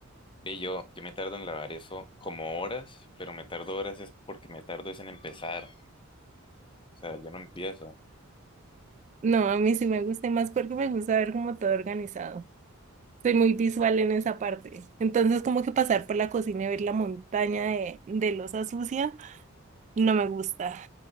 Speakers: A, on the left (about 25°); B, on the right (about 35°).
A: Ve, yo, yo me tardo en lavar eso como horas, pero me tardo horas es porque me tardo es en empezar. O sea, yo no empiezo.
B: No, a mí sí me gusta y más porque me gusta ver como todo organizado. Soy muy visual en esa parte. Entonces, como que pasar por la cocina y ver la montaña de, de loza sucia, no me gusta.